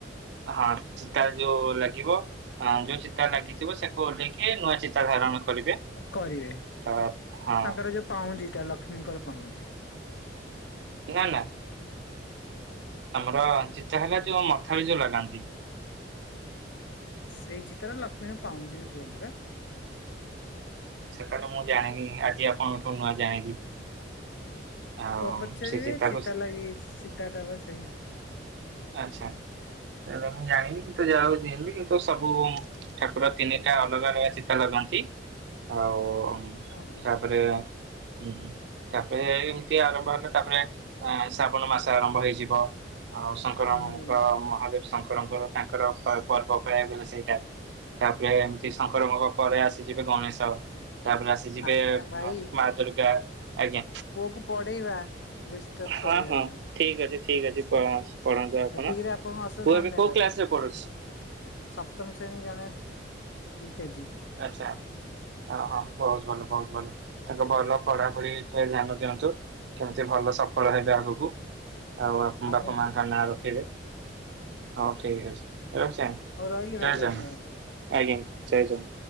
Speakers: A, on the right; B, on the left.
A: ହଁ ଚିତା ଯୋଉ ଲାଗିବ ଯୋଉ ଚିତା ଲାଗିଥିବ ସେକୁ ଓହ୍ଲେଇକି କିଏ ନୂଆ ଚିତା ଧାରଣ କରିବେ।
B: କରିବେ
A: ତା ହଁ
B: ତାଙ୍କର ଯୋଉ ପାଉଁଜିଟା ଲକ୍ଷ୍ମୀଙ୍କର ପାଉଁଜି
A: ନା ନା ଆମର ଚିତା ହେଲା ଯୋଉ ମଥାରେ ଯୋଉ ଲଗାନ୍ତି।
B: ସେଇ ଚିତ୍ରରେ ଲକ୍ଷ୍ମୀଙ୍କ ପାଉଁଜି ବି କୁହନ୍ତି ବା
A: ସେଟା ତ ମୁଁ ଜାଣିଲି ଆଜି ଆପଣଙ୍କଠୁ ନୂଆ ଜାଣିଲି। ଆଉ
B: ପୁଅ ପଚାରିବେ
A: ସେ ଚିତାକୁ
B: ଚିତା
A: ସେ
B: ଲାଗି ଚିତାଟା ବା ସେଇଆ
A: ଆଚ୍ଛା ତାଲେ ମୁଁ ଜାଣିନି କିନ୍ତୁ ତ ଯାହା ଜଣିଲି କି ତୁ ସବୁ ଠାକୁର ତିନିଟା ଅଲଗା ଅଲଗା ଚିତା ଲଗନ୍ତି ଆଉ
B: ଆଜ୍ଞା।
A: ତାପରେ ହଁ ତାପରେ ଏମତି ଆରମ୍ଭ ହେଲା ତାପରେ ଶ୍ରାବଣ ମାସ ଆରମ୍ଭ ହେଇଯିବ ଆଉ ସ ଶଙ୍କରଙ୍କ
B: ହୁଁ
A: ମହାଦେବ ଶଙ୍କରଙ୍କର ତାଙ୍କର ପର୍ବ ପଳବା ବଲେ ସେଇଟା ତାପରେ ଏମିତି ଶଙ୍କରଙ୍କ ପରେ ଆସିଯିବେ ଗଣେଶ ତାପରେ ଆସ ସେ ଯିବେ
B: ଆଜ୍ଞା ଭାଇ
A: ମା ଦୁର୍ଗା ଆଜ୍ଞା।
B: ପୁଅକୁ ପଢେଇବା। ଡିଷ୍ଟର୍ବ
A: ହଁ
B: କରିବାନି
A: ହଁ
B: ଆଉ।
A: ଠିକ ଅଛି ଠିକ ଅଛି ପଳା ପଢାନ୍ତୁ ଆପଣ
B: ଏତିକିରେ ଆପଣଙ୍କୁ ଅଶେଷ
A: ପୁଅ
B: ଧନ୍ୟବାଦ
A: ଏବେ କୋଉ କ୍ଲାସ ରେ ପଢୁଛି?
B: ସପ୍ତମ ଶ୍ରେଣୀ ଜଣେ ୟୁ କେଜି
A: ଆଚ୍ଛା। ଆଁ ହଁ ବହୁତ ଭଲ ବହୁତ ଭଲ ତାଙ୍କ ଭଲ ପଢାପଢି ବିଷୟରେ ଧ୍ୟାନ ଦିଅନ୍ତୁ। କେମିତି ଭଲ ସଫଳ ହେବେ ଆଗକୁ ଆଉ
B: ଆଜ୍ଞା
A: ବାପା ମାଙ୍କ ନାଁ ରଖିବେ ହଉ ଠିକ ଅଛି ରଖୁଛି ଆଜ୍ଞା
B: ହଉ ରହିଲି ଭାଇ
A: ଜୟ
B: ଧନ୍ୟବାଦ
A: ଜଗ ଆଜ୍ଞା ଜୟ ଜୟ